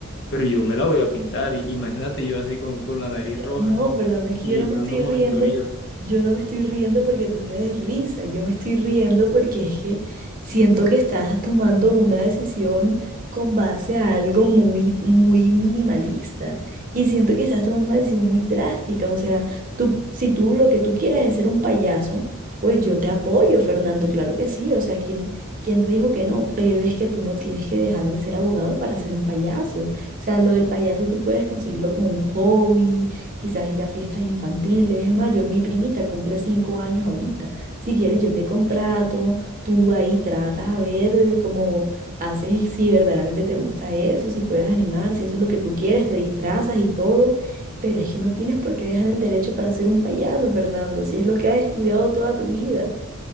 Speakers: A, on the left; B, on the right.
A: pero yo me la voy a pintar, y- imagínate yo así con, con la nariz roja
B: no, Fernando es
A: y
B: que yo no me
A: dando
B: estoy
A: monitoría.
B: riendo, yo no me estoy riendo porque tú me des risa, yo me estoy riendo porque es que siento que estás tomando una decisión con base a algo muy, muy minimalista y siento que estás tomando una decisión muy drástica, o sea, tú, si tú lo que tú quieres es ser un payaso, pues yo te apoyo, Fernando, claro que sí, o sea, ¿quién, quién te dijo que no? Pero es que tú no tienes que dejar de ser abogado para ser un payaso. O sea, lo del payaso tú puedes conseguirlo como un hobby, quizás ir a fiestas infantiles. Es más, yo, mi primita cumple cinco años ahorita. Si quieres, yo te contrato, tú ahí tratas a ver de cómo haces, si verdaderamente te gusta eso, si puedes animar, si eso es lo que tú quieres, te disfrazas y todo. Pero es que no tienes por qué dejar el derecho para ser un payaso, Fernando, si es lo que has estudiado toda tu vida.